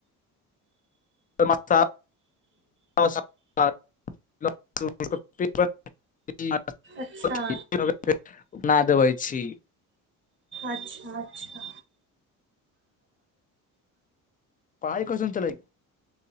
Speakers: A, on the left (about 25°); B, on the right (about 35°).
A: <unintelligible> <unintelligible> <unintelligible>
B: अच्छा
A: उना देबै छी
B: अच्छा अच्छा
A: पाय कोसम चलइ